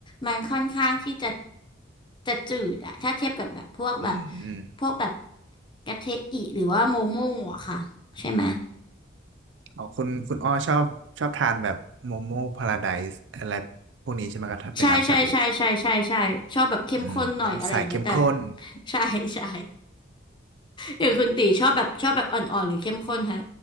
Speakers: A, on the left; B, on the right.
A: มันค่อนข้างที่จะจะจืดอะถ้าเทียบกับแบบพวกแบบ
B: อืมอืม
A: พวกแบบกะเทอิหรือว่าโมโม่อะค่ะใช่ไหม
B: อ๋อคุณคุณอ้อชอบชอบทานแบบโมโม่พาราไดซ์อะไรพวกนี้ใช่ไหมครับถ้าเป็นน้ำชาบู
A: ใช่ใช่ใช่ใช่ใช่ใช่ชอบแบบเข้มข้นหน่อยอะไรอย่างเงี้ยแต่
B: อืมสายเข้มข้น
A: ใช่ใช่อย่างคุณตีชอบแบบชอบแบบอ่อนๆหรือเข้มข้นฮะ